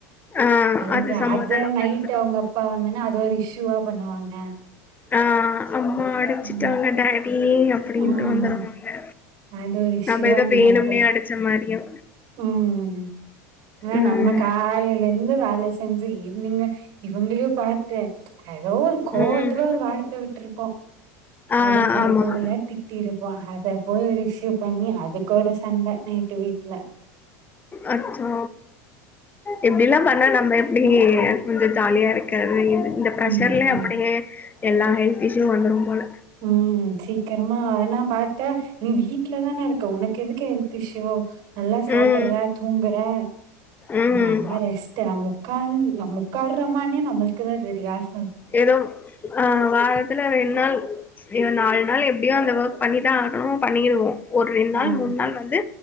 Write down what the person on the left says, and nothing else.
ஆ
அது சமாதானப்படுத்தணும்.
ஆ அம்மா அடிச்சுட்டாங்க
டாடி அப் டின்ட்டு
வந்துருவாங்க
நம்ம எதோ வேணும்னே
அடிச்ச மாதிரியோ
ம்
ம்.
ஆ
ஆமா.
அச்சோ இப்டிலா பண்ணா நம்ம எப்டி கொஞ்சொ ஜாலியா இருக்கறது இ ந்த ப்ரஷர்லேயே
அப்டியே எல்லா ஹெல்த் இஸ்யூ வந்துரும் போல
ம்
ம்
ஏதோ ஆ வாரத்துல ரெண் நாள் இன்னு நால் நாள்ல எப்டியோ அந்த ஒர்க் பண்ணிதா ஆகணு பண்ணிருவோ ஒரு ரெண் நாள்
மூன் நாள் வந்து